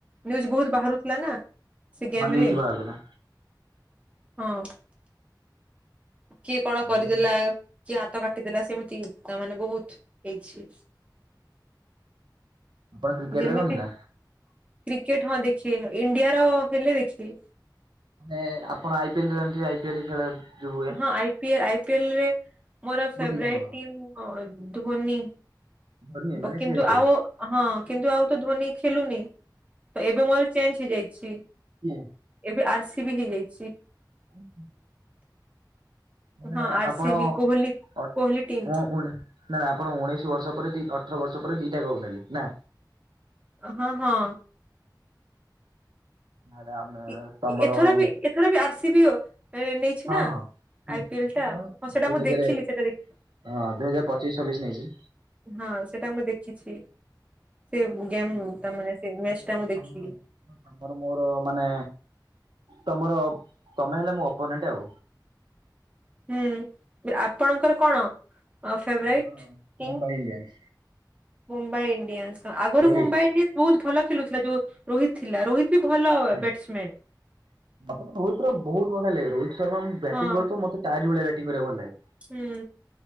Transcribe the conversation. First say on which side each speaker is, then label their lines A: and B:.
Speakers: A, on the right; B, on the right.
A: ନିୟୁଜ ବହୁତ ବାହାରୁଥିଲା ନା। ସେ ଗେମ୍
B: ନ୍ୟୁଜ୍
A: ରେ
B: ବାହାରୁଥିଲା।
A: ହଁ। କିଏ କଣ
B: ଆଉ
A: କରିଦେଲା କିଏ ହାତ କାଟିଦେଲା ସେମିତି ତା ମାନେ ବହୁତ ହେଇଛି।
B: ଆପଣ କ୍ରିକେଟ
A: ଯେମିତି
B: ଦେଖନ୍ତି
A: କ୍ରିକେଟ
B: ନା?
A: ହଁ ଦେଖିବେ ଇଣ୍ଡିଆର ହେଲେ ଦେଖିବେ।
B: ମାନେ ଆପଣ ଆଇ ପିଏଲ ତ ଜାଣିଥିବେ ଆଇ ପିଏଲ ଖେଳ। ଯୋଉ ହୁଏ।
A: ହଁ ଆଇ ପି ଏଲ ଆଇ ପିଏଲରେ ମୋର ଫେବରଟ
B: କୋଉ ଆପଣଙ୍କର?
A: ଟିମ୍ ଧୋନି।
B: ଧୋନି
A: ବ
B: ମାନେ
A: କିନ୍ତୁ
B: ସି ଏସ୍ କେ।
A: ଆଉ ହଁ କିନ୍ତୁ ଆଉ ତ ଧୋନୀ ଖେଲୁନି ତ ଏବେ ମୋର ଚେଞ୍ଜ ହେଇଯାଇଛି।
B: ହୁଁ
A: ଏବେ ଆର୍ ସି ବି ହେଇଯାଇଛି।
B: ଉଁ ମାନେ
A: ହଁ ଆର
B: ଆପଣ
A: ସି
B: ଅ
A: ବି କୋହଲି
B: <unintelligible>
A: କୋହଲି ଟିମ୍
B: ନା ନା ଆପଣ ଉଣେଇଶି ବର୍ଷ ପରେ ଦି ଅଠର ବର୍ଷ ପରେ ଦିଟା କ ନେଲି ନା।
A: ହଁ ହଁ
B: ଆରେ ଆମେ
A: ଏ
B: ତମର
A: ଏଥର ବି, ଏଥର ବି ଆର୍ସିବି ଓ ନେଇଛି
B: ହଁ
A: ନା,
B: ହଁ ହୁଁ
A: ଆଇ ପିଏଲ ଟା, ହଁ ସେଟା
B: ଦୁଇ
A: ମୁଁ
B: ହଜାରେ
A: ଦେଖିଲି ସେଟା ଦେ
B: ହଁ, ଦୁଇ ହଜାର ପଚିଶ ଛବିଶ ନେଇଛି।
A: ହଁ ସେଟା ମୁଁ ଦେଖିଛି, ସେ ଗେମ୍
B: ହଁ,
A: ତା ମାନେ ସେ ମ୍ୟାଚ
B: ତାହେଲେ
A: ଟା ମୁଁ
B: ତମେ
A: ଦେଖିଲି।
B: ତମର ମୋର ମାନେ, ତମର ତମେ ହେଲେ ମୋର ଅପନେଣ୍ଟ ଆଉ।
A: ହୁଁ ଆପଣଙ୍କର କଣ ଫେଵ୍
B: ମୋର
A: ରାଇଟ୍ କିଙ୍ଗ।
B: ମୁମ୍ବାଇ ଇଣ୍ଡିଆନ୍ସ
A: ମୁମ୍ବାଇ ଇଣ୍ଡିଆନ୍ସ ଆଗରୁ
B: ରୋହିତ
A: ମୁମ୍ବାଇ ଇଣ୍ଡିଆନ୍ସ ବହୁତ ଭଲ ଖେଳୁଥିଲା ଯୋଉ ରୋହିତ୍ ଥିଲା ରୋହିତ। ବି ଭଲ
B: <unintelligible>
A: batsman
B: player Rohit Sharma batting କରୁଥୁବ ତାରି ଭଳିଆ ଵ୍ୟାଟିଙ୍ଗ
A: ହଁ
B: କରିବାକୁ ଭଲ ଲାଗେ।
A: ହୁଁ